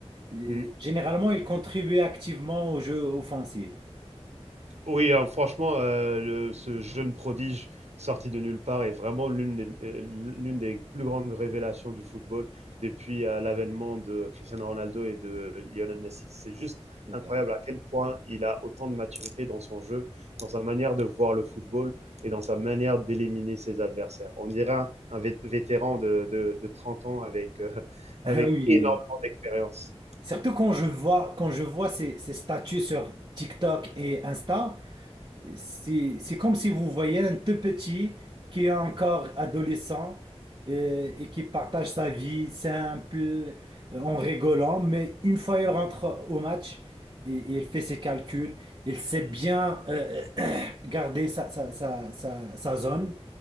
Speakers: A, on the right; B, on the right.
A: Et
B: mm.
A: Généralement, il contribuait activement au jeu offensif.
B: Oui, hein, franchement, heu, le ce jeune prodige sorti de nulle part est vraiment l'une des, heu, l'une des plus grandes révélations du football depuis, heu, l'avènement de Cristiano Ronaldo et de Lionel Messi. C'est juste
A: C'est
B: incroyable
A: vrai.
B: à quel point il a autant de maturité dans son jeu, dans sa manière de voir le football et dans sa manière d'éliminer ses adversaires. On dirait un un vét vétéran de de de 30 ans avec, heu, <laughs> avec
A: Ah Oui,
B: énormément d'expérience.
A: surtout quand je vois, quand je vois ces, ces statuts sur TikTok et Insta, C'est, c'est comme si vous voyez un tout petit qui est encore adolescent euh, et, qui partage sa vie simple euh, en rigolant, mais une fois il rentre au match et, et il fait ses calculs, il sait bien euh, <clears throat> garder sa, sa- sa- sa- sa zone,